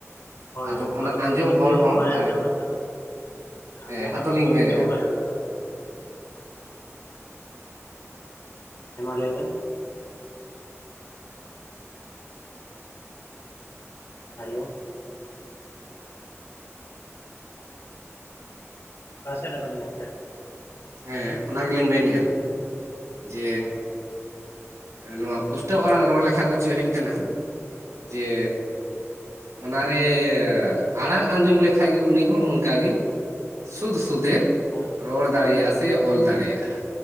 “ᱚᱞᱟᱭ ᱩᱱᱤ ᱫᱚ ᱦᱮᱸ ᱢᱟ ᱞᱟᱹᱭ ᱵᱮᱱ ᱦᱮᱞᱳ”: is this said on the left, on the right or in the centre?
Left